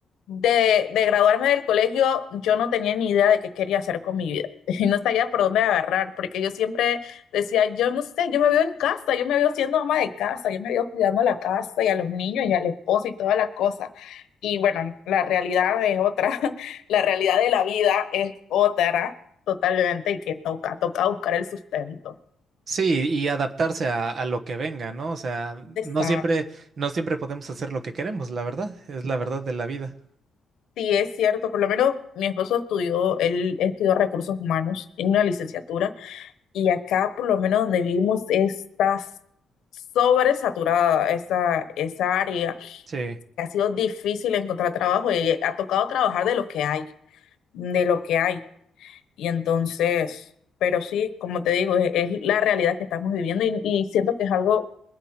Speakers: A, on the left; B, on the right.
A: De, de graduarme del colegio, yo no tenía ni idea de qué quería hacer con mi vida. <laughs> Y no sabía por dónde agarrar, porque yo siempre decía, yo no sé, yo me veo en casa, yo me veo siendo ama de casa, yo me veo cuidando la casa y a los niños y al esposo y toda la cosa. Y bueno, la realidad es otra, <laughs> la realidad de la vida es otra totalmente y que toca, toca buscar el sustento.
B: Sí, y adaptarse a, a lo que venga, ¿no? O sea,
A: Exacto.
B: no siempre, no siempre podemos hacer lo que queremos, la verdad, es la verdad de la vida.
A: Sí, es cierto, por lo menos mi esposo estudió, él estudió recursos humanos, tiene una licenciatura. Y acá, por lo menos donde vivimos, está sobresaturada esa, esa área.
B: sí.
A: Ha sido difícil encontrar trabajo y ha tocado trabajar de lo que hay, de lo que hay. Y entonces, pero sí, como te digo, es, es la realidad que estamos viviendo y, y siento que es algo